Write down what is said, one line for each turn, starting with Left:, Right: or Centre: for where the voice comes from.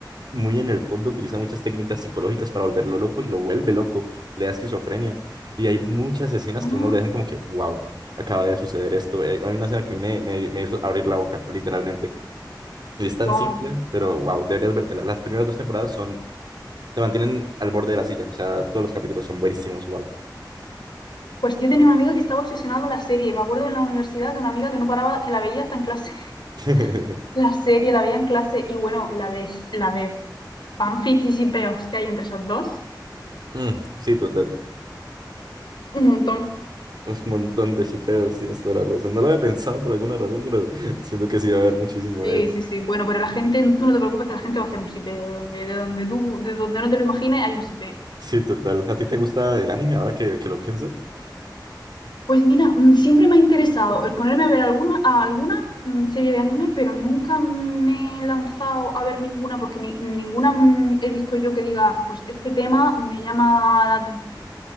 Right: muy en el fondo utiliza muchas técnicas psicológicas para volverlo loco y lo vuelve loco, le da esquizofrenia. Y hay muchas escenas
Left: ah,
Right: que uno le dejan como que, wow, acaba de suceder esto. Eh, Hay una escena que a mí me, me me hizo abrir la boca, literalmente y es tan
Left: wow.
Right: simple, pero wow, deberías vértela. Las primeras dos temporadas son, te mantienen al borde de la silla. O sea, todos los capítulos son buenísimos, wow.
Left: Pues yo tenía una amiga que estaba obsesionada con la serie. Me acuerdo en la universidad que una amiga que no paraba, que la veía hasta en clase. <laughs>
Right: <laughs>
Left: La serie la veía en clase y bueno, la de, la de fanfics y peos que hay entre esos dos.
Right: Mm, sí, total.
Left: Un montón.
Right: Un montón de shipeos, tienes toda la razón. No lo había pensado por alguna razón, pero <laughs> siento que sí va a haber muchísimo
Left: Sí,
Right: de eso.
Left: sí, sí. Bueno, pero la gente, tú no te preocupes que la gente va a hacer un sipeo. De donde, de donde tú, de donde no te lo imagines, hay un sipeo.
Right: Sí, total. ¿A ti te gusta el anime ahora que, que lo pienso?
Left: Pues mira, mm, siempre me ha interesado el ponerme a ver alguna, a alguna mm, serie de anime, pero nunca me he lanzado a ver ninguna porque ni- ninguna mm, he visto yo que diga, pues este tema me llama la atención,